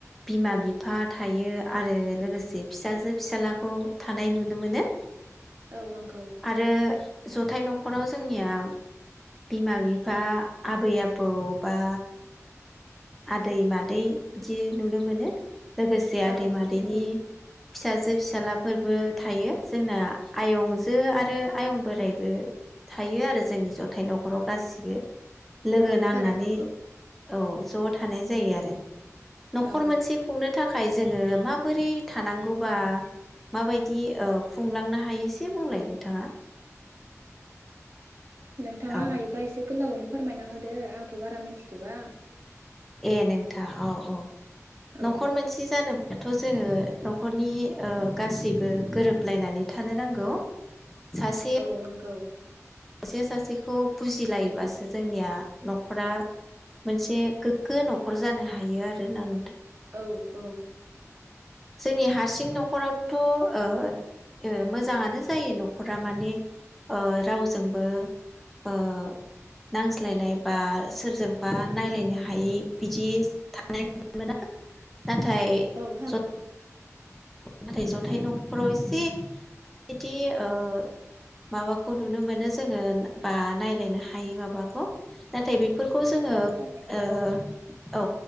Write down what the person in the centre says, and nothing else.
बिमा बिफा थायो आरो लोगोसे फिसाजो फिसााज्लाखौ थानाय नुनो मोनो।
आरो जथाय न' न'खराव जोंनिया बिमा-बिफा, आबै-आबौ, बा आदै-मादै बिदि नुनो मोनो। लोगोसे आदै
मादैनि
फिसाजो। फिसालाफोरबो थायो जोंना आयंजो आरो आयं बोराइबो थायो आरो जोंनि ओमफ्राय न'खराव गासिबो लोगो
नांनानै।
औ ज' थानाय जायो आरो न'खर
मोनसे खुंनो थाखाय थाखाय जोङो माबोरै थानांगौबा माबायदि खुंलांनो हायो? एसे बुंलाय नोंथाङा
औ
ए नोंथां औ औ
न'खर मोनसे जानो दाथ' जोङो न'खरनि गासैबो गोरोबलायनानै थानो नांगौ। सासेया
सासे सासेखौ बुजिलायोबासो जोंनिया न'खरा मोनसे गोग्गो न'खर जानो हायो आरो ना
जोंनि हारसिं न'खरावथ' ओ ओ मोजाङानो जायो न'खरा माने ओ रावजो जोंबो ओ नांज्लायनाय बा सोरजोंबा नायलायनो हायि बिदि थानाय नुनो मोना नाथाय
ज
नाथाय जथाय न'खराव एसे बिदि ओ माबाखौ नुनो मोनो जोङो बा नायलायनो हायै माबाखौ नाथाय बे फोरखौ जोङो
ओ
औ